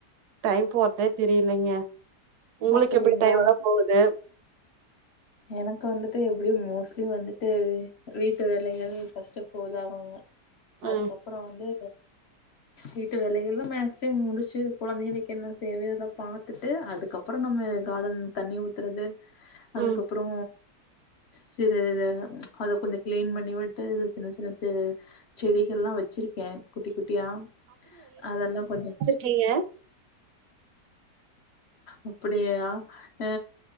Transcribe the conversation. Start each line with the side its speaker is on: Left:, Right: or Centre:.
Right: டைம் போறதே தெரியலைங்க உங்களுக்கு
Left: அப்டிங்களா
Right: எப்டி டைம் எல்லா போகுது
Left: எனக்கு வந்துட்டு எப்படியு மோஸ்ட்லி வந்துட்டு வீட்டு வேலைகள் ஃபஸ்ட்டு போதாகுங்க அதுக்கப்பறோ
Right: ம்
Left: வந்து வீட்டு வேலையெல்லா மேக்ஸிமம் முடிச்சு இது குழந்தைகள்க்கு என்ன சேவயோ இதல்லா பாத்துட்டு அதுக்கப் பறோ நம்ம கார்டன் தண்ணி ஊத்துறது அதுக்கப்புறோ
Right: ம்
Left: சிலரித அத கொஞ்சோ கிளீன் பண்ணி விட்டு இது சின்ன சின்ன செ செடிகள்ல்லா வச்சிருக்கே குட்டி குட்டியா அதெல்லா கொஞ்சொ
Right: க்லிங்க
Left: அப்டியேயா அ